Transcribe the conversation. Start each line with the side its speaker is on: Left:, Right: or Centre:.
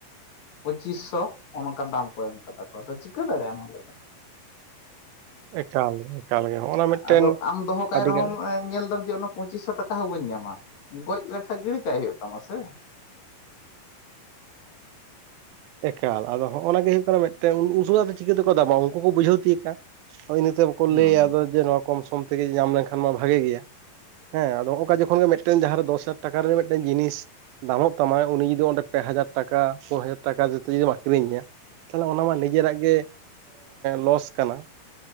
Left: ᱯᱚᱪᱤᱥ ᱥᱳ ᱳᱱᱠᱟ ᱫᱟᱢ ᱠᱚ ᱮᱢ ᱠᱟᱫᱟ ᱠᱚ ᱟᱫᱚ ᱪᱤᱠᱟᱹ ᱫᱟᱲᱮᱭᱟᱜ ᱟᱢ ᱚᱸᱰᱮ ᱫᱚ <inaudible>
Right: ᱮᱠᱟᱞ ᱜᱮ ᱮᱠᱟᱞ ᱜᱮ ᱦᱚᱸᱜᱼᱚ ᱱᱟ ᱢᱤᱫᱴᱮᱱ
Left: ᱟᱫᱚ ᱟᱢ ᱫᱚᱦᱚ ᱠᱟᱭ
Right: ᱟᱹᱰᱤᱜᱟᱱ
Left: ᱨᱮᱦᱚᱸᱢ ᱧᱮᱞᱫᱟᱢ ᱡᱮ ᱯᱚᱸᱪᱤᱥ ᱥᱳ ᱴᱟᱠᱟ ᱦᱚᱸ ᱵᱟᱹᱧ ᱧᱟᱢᱟ ᱜᱚᱡ ᱞᱮᱠᱷᱟᱡ ᱜᱤᱲᱤ ᱠᱟᱭ ᱦᱩᱭᱩᱜ ᱛᱟᱢᱟ ᱥᱮ
Right: ᱮᱠᱟᱞ ᱟᱫᱚ ᱦᱚᱜᱼᱚᱱᱟ ᱜᱮ ᱦᱩᱭᱩᱜᱜ ᱠᱟᱱᱟ ᱢᱤᱫᱴᱮᱱ ᱩᱥᱩᱣᱟᱜ ᱛᱮ ᱪᱤᱠᱟᱹᱛᱮᱠᱚ ᱫᱟᱢᱟ ᱩᱱᱠᱩ ᱠᱚ ᱵᱩᱡᱷᱟᱹᱣ ᱛᱤᱭᱳᱜᱽ ᱠᱷᱟᱱ? ᱦᱳᱭ ᱤᱱᱟᱹᱛᱮ ᱵᱟᱠᱚ
Left: ᱦᱩᱸ
Right: ᱞᱟᱹᱭᱟ ᱡᱮ ᱱᱚᱣᱟ ᱠᱚᱢ ᱥᱚᱢ ᱛᱮᱜᱮ ᱧᱟᱢ ᱞᱮᱱᱠᱷᱟᱱ ᱢᱟ ᱵᱷᱟᱜᱮ ᱜᱮᱭᱟ᱾ ᱦᱮᱸ ᱟᱫᱚ ᱦᱚᱸᱜᱼᱚᱠᱟ ᱡᱚᱠᱷᱚᱱ ᱜᱮ ᱢᱤᱫᱴᱮᱱ ᱡᱟᱦᱟᱸᱨᱮ ᱫᱚᱥ ᱦᱟᱡᱟᱨ ᱴᱟᱠᱟ ᱨᱮᱱᱟᱜ ᱢᱤᱫᱴᱮᱱ ᱡᱤᱱᱤᱥ ᱫᱟᱢᱚᱜ ᱛᱟᱢᱟᱭ ᱩᱱᱤ ᱫᱚ ᱚᱸᱰᱮ ᱯᱮ ᱦᱟᱡᱟᱨ ᱴᱟᱠᱟ ᱯᱩᱱ ᱦᱟᱡᱟᱨ ᱴᱟᱠᱟ ᱡᱩᱫᱤᱢ ᱟᱠᱷᱨᱤᱧᱮᱭᱟ ᱛᱟᱦᱚᱞᱮ ᱚᱱᱟ ᱢᱟ ᱱᱤᱡᱮᱨᱟᱜ ᱜᱮ ᱞᱚᱥ ᱠᱟᱱᱟ